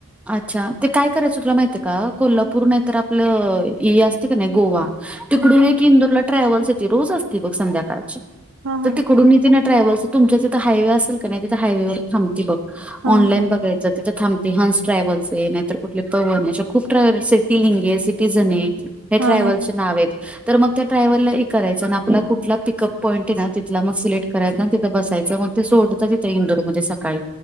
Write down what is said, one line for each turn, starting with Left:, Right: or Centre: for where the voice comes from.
Centre: अच्छा ते काय करायचं तुला माहित आहे का कोल्हापूर नाहीतर आपलं इ असते का नाही गोवा तिकडून
Right: हम्म
Centre: एक इंदूरला ट्रॅव्हल्स येते रोज असते बघ संध्याकाळची
Right: हा हा
Centre: तर तिकडून इ थे ना ट्रॅव्हल्स आहे तुमच्या तिथं हायवे असेल का नाही तिथं हायवेवर थांबती बघ
Right: हा
Centre: ऑनलाईन
Right: हा
Centre: बघाय तर तिथे थांबते हंस ट्रॅव्हल्स आहे नाहीतर कुठले पवन आहे अशे खूप ट्रॅव सिटी लिंग आहे सिटीझन आहे हे
Right: हा
Centre: ट्रॅव्हल
Right: हा
Centre: चे नाव आहेत तर मग त्या ट्रॅव्हलला हे करायचं ना आपला कुठला पिकअप पॉईंट आहे ना ति थला मग सिलेक्ट करायचं आणि तिथं बसायचं मग ते सोडतं इंडो र मध्ये सकाळी